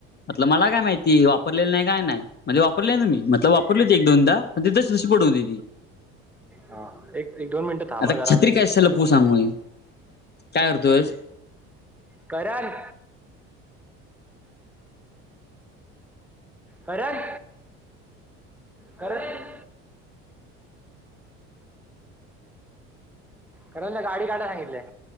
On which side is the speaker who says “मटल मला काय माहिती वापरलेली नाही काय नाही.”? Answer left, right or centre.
Left